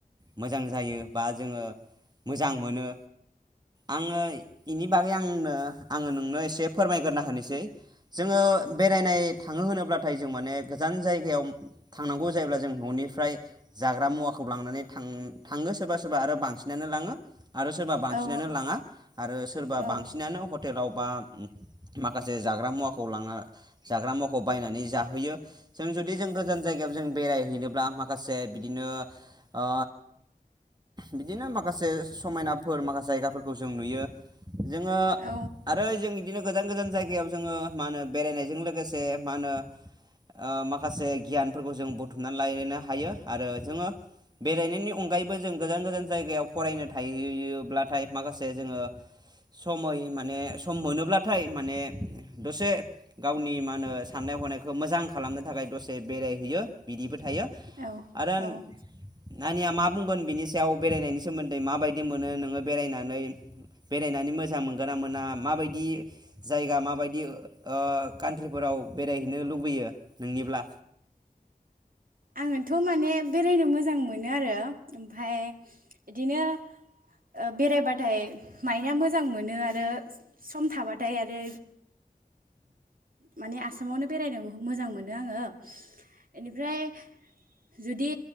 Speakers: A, on the right; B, on the right.
A: मोजां जायो बा जोङो मोजां मोनो आङो इनि बाग गै आंनो आङो नोंनो एसे फोरमायग्रोना होनोसै। जोङो बेरायनाय थाङो होनोब्लाथाय जों माने गोजान जायगायाव थांनांगौ जायोब्ला जों न'निफ्राय जाग्रा मुवाखौ लांनानै थां थाङो सोरबा सोरबा आरो बांसिनानो लाङो। आरो सोरबा बांसिनानो
B: औ
A: लाङा। आरो सोरबा
B: औ
A: बांसिनानो हटेलाव बा माखासे जाग्रा मुवाखौ लाङा जाग्रा मुवाखौ बायनानै जाहोयो जों जुदि जों गोजान जायगायाव जों बेरायहैनोब्ला माखासे बिदिनो ओ बिदिनो माखासे समायनाफोर माखासे जायगाफोरखौ जों नुयो। जोङो
B: औ
A: आरो जों बिदिनो गोजान गोजान जायगायाव जोङो मा होनो बेरायनायजों लोगोसे मा होनो ओ माखासे गियानफोरखौ जों बुथुमनानै लानो हायो आरो जोङो बेरायनायनि अनगायैबो जों गोजान गोजान जायगायाव फरायनो थाहैयोब्लाथाय माखासे जोङो समय माने सम मोनोब्लाथाय माने दसे गावनि मा होनो साननाय हनायखौ मोजां खालामनो थाखाय दसे बेरायहैयो बिदिबो थायो
B: औ
A: आरोे आं
B: औ
A: नानिया मा बुंगोन बिनि सायाव बेरायनायनि सोमोन्दै माबायदि मोनो नोङो बेरायनानै बे बेरायनानै मोजां मोनगोनना मोना माबायदि जायगा माबायदि ओ कानट्रिफोराव बेरायहैनो लुबैयो नोंनिब्ला
B: आङोथ माने बेरायनो मोजां मोनो आरो ओमफाय इदिनो ओ बेरायबाथाय मायेना मोजां मोनो आरो स सम थाबाथाय आरो माने आसामावनो बेरायनो मोजां मोनो आङो बेनिफ्राय जुदि